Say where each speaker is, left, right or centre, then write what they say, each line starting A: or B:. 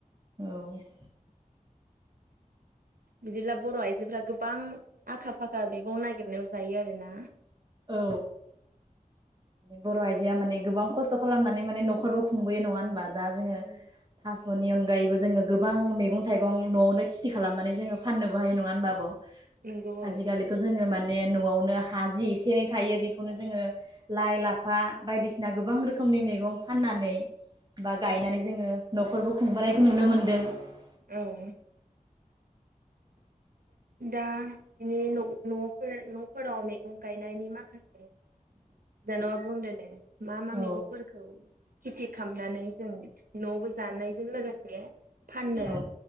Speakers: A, on the right; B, on the right.
A: औ ।
B: बिदिब्ला बर' आइजोफ्रा गोबां आखा फाखा मैगं नागिरनायाव जायो आरो ना?
A: औ बर'आइजो आ माने गोबां खस्थ' खालामनानै माने न'खरबो खुंबोयो नङा होनबा? दा जोङो
B: नोंगौ
A: थास'नि अनगायैबो जोङो गोबां मैगं थाइगं न'आवनो खेथि खालामनानै जोङो फाननोबो हायो नङा होनबा आब'?
B: नोंगौ
A: आजिखालिथ'
B: औ
A: जोङो मा ने न'आवनो हा जि से थायो बेखौनो जोङो लाइ लाफा बायदिसिना गोबां रोखोमनि मैगं फाननानै बा गायनानै
B: औ
A: जोङो न'खरबो खुंबोनायखौ नुनो मोन्दों ।
B: औ । दा न' न'फोर न'फोराव मैगं गायनायनि माखासे <unintelligible> बुं दे दे । मा मा
A: औ
B: मैगंफोरखौ खेथि खामनानै जों न'आवबो जानायजों लोगो से फाननो
A: औ